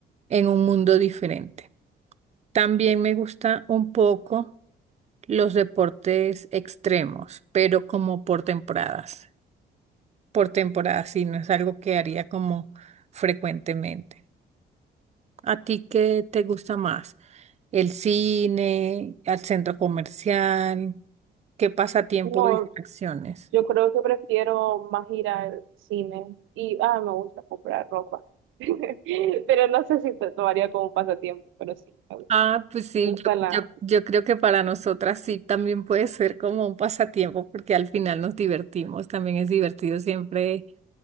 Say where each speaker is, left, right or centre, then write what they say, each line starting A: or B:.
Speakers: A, on the right; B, on the right.
A: en un mundo diferente. También me gusta un poco los deportes extremos, pero como por temporadas. Por temporadas, sí, no es algo que haría como frecuentemente. ¿A ti qué te gusta más? ¿El cine, al centro comercial? ¿Qué pasatiempo
B: No,
A: o distracciones?
B: Yo creo que prefiero más ir al cine y, ah, me gusta comprar ropa. <laughs> Pero no sé si te tomaría como un pasatiempo, pero sí, me gusta,
A: Ah, pues sí,
B: me gusta
A: yo,
B: la...
A: yo, yo creo que para nosotras sí también puede ser como un pasatiempo porque al final nos divertimos. También es divertido siempre